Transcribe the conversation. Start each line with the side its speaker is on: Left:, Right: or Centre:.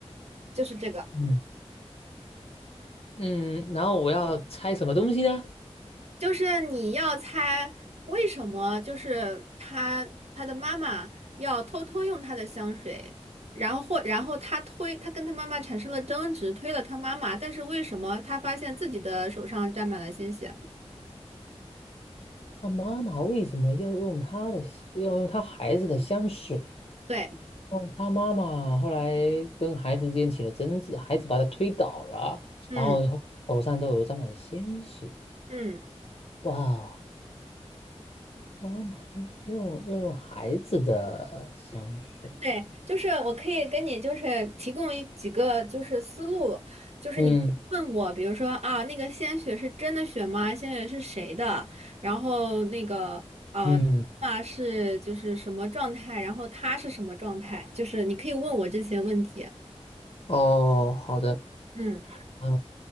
Right: 就是这个。
Left: 嗯嗯，然后我要猜什么东西呢？
Right: 就是你要猜为什么，就是他他的妈妈要偷偷用他的香水，然后或然后他推他跟他妈妈产生了争执，推了他妈妈，但是为什么他发现自己的手上沾满了鲜血？
Left: 他妈妈为什么要用他的，要用他孩子的香水？
Right: 对，
Left: 哦，他妈妈后来跟孩子之间起了争执，孩子把他推倒了，
Right: 嗯
Left: 然后手上都有沾满鲜血。
Right: 嗯。
Left: 哇哦，妈妈为什么用要用孩子的香水？
Right: 对，就是我可以跟你就是提供一几个就是思路，就是你问我，
Left: 嗯
Right: 比如说啊，那个鲜血是真的血吗？鲜血是谁的？然后那个呃，
Left: 嗯，
Right: 啊是就是什么状态？然后他是什么状态？就是你可以问我这些问题。
Left: 哦，好的。
Right: 嗯，
Left: 啊，